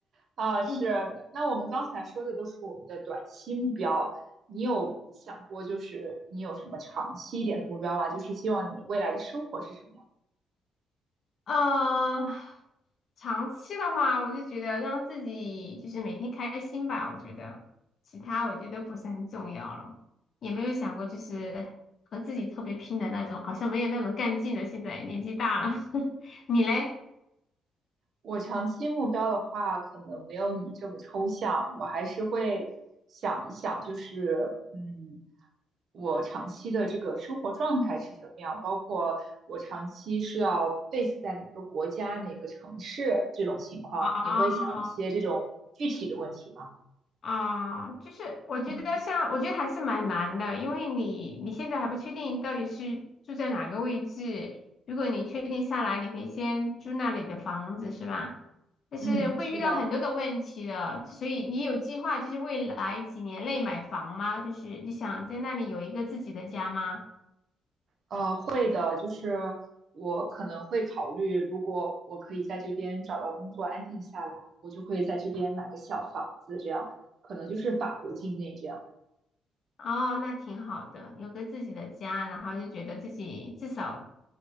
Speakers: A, on the right; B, on the left.
A: 啊，是。
B: 嗯
A: 那我们刚才说的都是我们的短期目标，你有想过就是你有什么长期一点的目标吗？就是希望你未来的生活是什么样？
B: 呃，长期的话，我就觉得让自己就是每天开心吧，我觉得其他我觉得不是很重要了，也没有想过就是和自己特别拼的那种，好像没有那种干劲了。现在年纪大了，<laughs> 你嘞？
A: 我长期目标的话，可能没有你这么抽象，我还是会想一想，就是嗯，我长期的这个生活状态是什么样，包括我长期是要 base 在哪个国家、哪个城市这种情况，
B: 哦，
A: 你会想一些这种具体的问题吗？
B: 啊，就是我觉得像，
A: 嗯
B: 我觉得还是蛮难的，因为你你现在还不确定到底是住在哪个位置。如果你确定下来，你可以先租那里的房子，是吧？但是会遇到很多的问题的，
A: 嗯。嗯，是的。
B: 所以你有计划就是未来几年内买房吗？就是你想在那里有一个自己的家吗？
A: 呃，会的，就是我可能会考虑，如果我可以在这边找到工作，安定下来，我就会在这边买个小房子，这样可能就是法国境内这样。
B: 哦，那挺好的，有个自己的家，然后就觉得自己至少